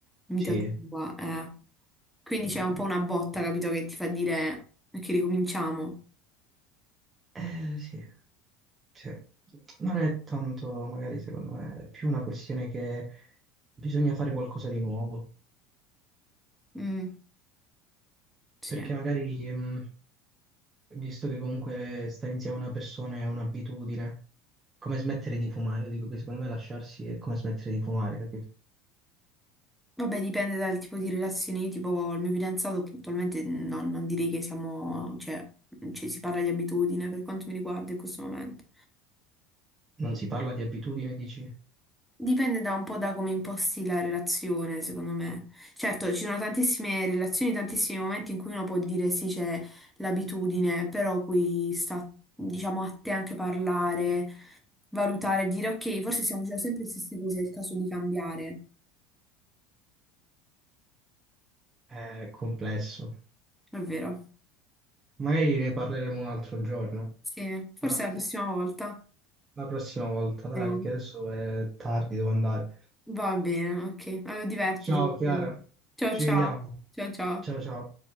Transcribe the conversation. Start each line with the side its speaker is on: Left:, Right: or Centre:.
Centre: vita
Right: Sì,
Centre: tua, eh. Quindi
Right: direi
Centre: c'è
Right: di sì.
Centre: un po' una botta, capito, che ti fa dire che ricominciamo.
Right: Eh, sì. Cioè, non è tanto, magari secondo me, è più una questione che bisogna fare qualcosa di nuovo,
Centre: Mm, sì.
Right: perché magari, mh, visto che comunque stare insieme a una persona è un'abitudine, come smettere di fumare, dico che secondo me lasciarsi è come smettere di fumare, capito?
Centre: Vabbè, dipende dal tipo di relazioni, tipo il mio fidanzato attualmente no- non direi che siamo, cioè, cioè, si parla di abitudine per quanto mi riguarda in questo momento.
Right: Non si parla di abitudine, dici?
Centre: Dipende da un po' da come imposti la relazione, secondo me. Certo, ci sono tantissime relazioni, tantissimi momenti in cui uno può dire sì, c'è l'abitudine, però poi sta, diciamo, a te anche parlare, valutare, dire ok, forse stiamo facendo sempre le stesse cose, è il caso di cambiare.
Right: È complesso.
Centre: È vero.
Right: Magari ne parleremo un altro giorno,
Centre: Sì, forse
Right: va?
Centre: la prossima volta.
Right: la prossima volta, dai,
Centre: Vediamo.
Right: che adesso è tardi, devo andare.
Centre: Va bene, ok. Allora divertiti.
Right: Ciao
Centre: va
Right: Chiara,
Centre: bene. Ciao
Right: ci
Centre: ciao.
Right: vediamo.
Centre: Ciao ciao.
Right: Ciao ciao.